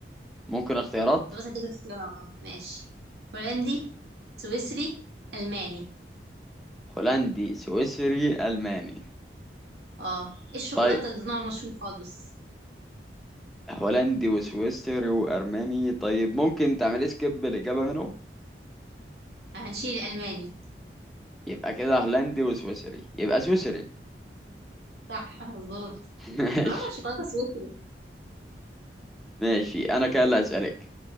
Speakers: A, in the centre; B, on the right (about 65°).
A: ممكن اختيارات
B: طب بس اديك اختيارات ماشي هولندي سويسري ألماني
A: هولندي سويسري الماني
B: اه ايه الشوكولاتة
A: طيب
B: اللي نوع مشهور خالص
A: هولندي وسويسري وارماني طيب ممكن تعمل سكيب الاجابة منهم
B: هنشيل الألماني
A: يبقى كده هولندي وسويسري يبقى سويسري
B: صح مظبوط
A: <laughs> ماشي
B: اه شوكولاتة سويسري
A: ماشي انا كده اللي هسألك